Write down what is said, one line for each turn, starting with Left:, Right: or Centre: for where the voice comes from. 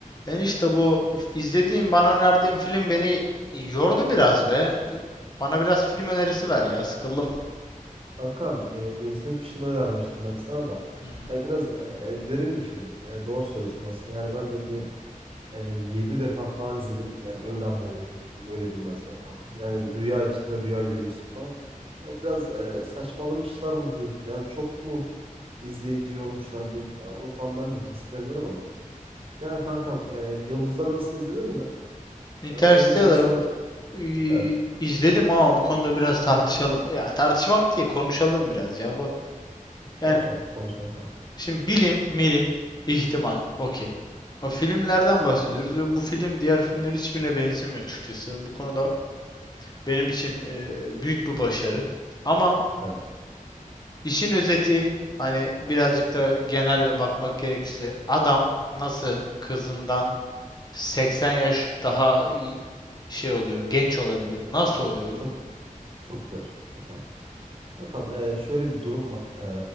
Left: Ben işte bu izlediğim, bana önerdiğin film beni yordu biraz be. Bana biraz film önerisi ver ya sıkıldım.
Right: Kankam, e, Inception'ı önermiştim ben sana da.
Left: Hı hı.
Right: Ya biraz e, derin bir film. E, doğru söylüyorsun aslında. Yani ben de bir e, 7 defa falan izledim. Yani öyle anlayabildim filmi. Öyle diyeyim ben sana kankam. Yani rüya içinde rüya görüyorsun falan. E, biraz e, saçmalamışlar mı diyeyim. Yani çok mu izleyici yormuşlar diyeyim. Ya onu tam ben de kestiremiyorum ama. Yani kankam, e, Yıldızlar Arası'nı izledin mi?
Left: Interstellar
Right: E, onu izlediysem
Left: ıı,
Right: evet.
Left: izledim ama bu konuda biraz tartışalım. Ya tartışmak değil konuşalım biraz ya bu.
Right: Konuşalım,
Left: Yani
Right: konuşalım. kankam.
Left: şimdi bilim, milim, ihtimal, okey. Ama filmlerden bahsediyoruz ve bu film diğer filmlerin hiçbirine benzemiyor açıkçası. Bu konuda benim için eee, büyük bir başarı. Ama
Right: Evet.
Left: İşin özeti hani birazcık da genel bakmak gerekirse adam nasıl kızından 80 yaş daha y- şey oluyor, genç olabiliyor. Nasıl oluyor oğlum
Right: Çok
Left: bu?
Right: çok güzel, çok güzel. kankam. Kankam e, şöyle bir durum var. E,